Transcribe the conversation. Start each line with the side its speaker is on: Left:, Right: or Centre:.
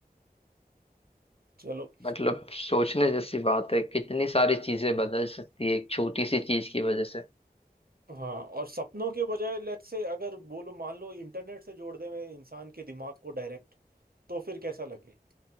Right: चलो
Left: मतलब सोचने जैसी बात है कितनी सारी चीजें बदल सकती है एक छोटी सी चीज की वजह से
Right: हाँ और सपनों के बजाय लेट्स से अगर बोलो मान लो इंटरनेट से जोड़ दे मैं इंसान के दिमाग को डायरेक्ट तो फिर कैसा लगे